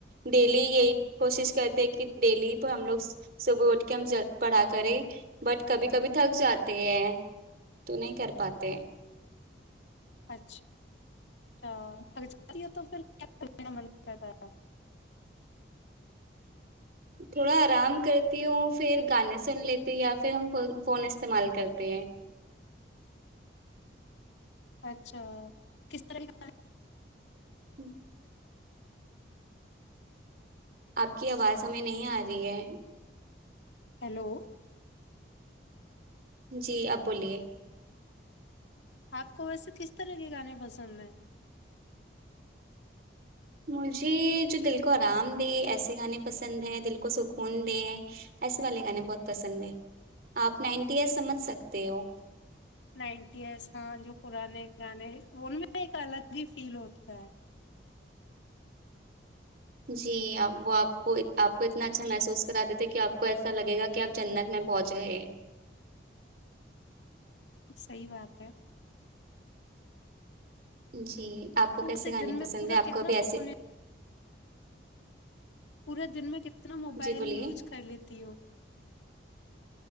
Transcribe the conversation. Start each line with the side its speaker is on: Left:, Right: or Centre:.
Right: ڈیلی یہی کوشش کرتے ہیں کہ ڈیلی پ ہم لوگ صبح اٹھ کے ہم پڑھا کرے بٹ کبھی کبھی تھک جاتے ہیں تو نہیں کر پاتے
Left: اچھا اچھا ااتی تو پھر رہتا گا
Right: تھوڑا آرام کرتی ہوں پھر گانے سن لیتی ہوں یا پھر ہم فون استعمال کرتے ہیں
Left: اچھا کس طرح کا
Right: ہی آپ کی آواز ہمیں نہیں آ رہی ہے
Left: ہیلو
Right: جی آپ بولیے
Left: آپ کو ویسے کس طرح کے گانے پسند ہیں
Right: مجھے جو دل کو آرام دے ایسے گانے پسند ہیں دل کو سکون دے ایسے والے گانے بہت پسند ہیں آپ نائنٹی ایئر سمجھ سکتے ہو
Left: نائنٹی ایساں جو پرانے گانے ان میں ایک الگ ہی فیل ہوتا ہے
Right: جیپ وہ آپ کو آپ کو اتنا اچھا محسوس کرا دیتے کہ آپ کو ایسا لگے گا کہ آپ جنت میں پہنچ گئے
Left: صحی بات ہے
Right: جی آپ کو کیسے
Left: اسے
Right: گانے
Left: دن
Right: پسند
Left: میں پورا
Right: ہیں آپ
Left: کتنا
Right: کو ابھی ایسے
Left: فون پورے دن میں کنے اتنا موبائل
Right: جی بولیے
Left: یوز کر لیتی ہووں